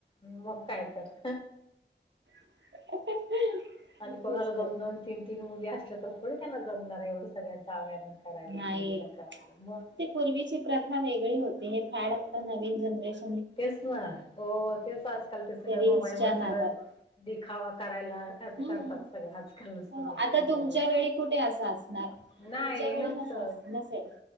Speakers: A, on the left; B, on the right.
A: अ मग कायतर
B: <unintelligible>
A: आणि
B: तेच
A: कोणाला दोन
B: तर
A: दोन तीन तीन मुली असल्या तर थोडी त्यांना जमणार ये एवढं सगळ्या जावयाना करायला
B: नाई
A: मुलीला करायला मग
B: ती पूर्वीची प्रथा वेगळी होती हे फॅड आता नवीन जनरेश
A: तेच ना हो तेच आजकाल ते सगळं
B: रील्सच्या
A: मोबाईल वर
B: नादात
A: सगळं दिखावा करायला कर
B: हम्म
A: करतात सगळं आजका नसत
B: हो
A: ते
B: आता
A: मोबाईल
B: तुमच्या
A: वर
B: वेळी कुठे असं असणार
A: नाई
B: तुमच्या
A: नव्हत.
B: वेळी नस नसेल